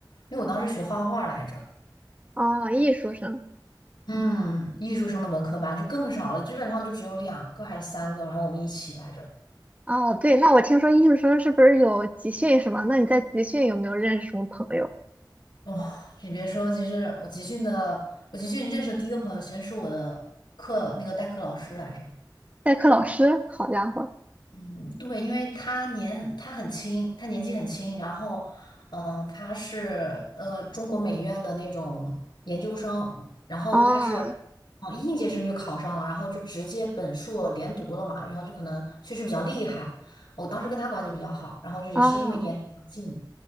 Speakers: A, on the left (about 85°); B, on the right (about 20°).
A: 因为我当时学画画来着。
B: 哦，艺术生。
A: 嗯，艺术生的文科班就更少了，基本上就只有两个还是三个，然后我们一起来着。
B: 哦，对，那我听说艺术生是不是有集训什么？那你在集训有没有认识什么朋友？
A: 哦，你别说，其实我集训的，我集训认识的第一个朋友，其实是我的课那个代课老师来着。
B: 代课老师？好家伙！
A: 嗯，对，因为他年很，他很轻，他年纪很轻，然后，嗯、他是呃中国美院的那种研究生，然后他是，
B: 哦
A: 嗯、应届生就考上了，然后就直接本硕连读了嘛，然后就可能确实比较厉害。我当时跟他关系比较好，然后就也是因为年龄比较近，
B: 哦，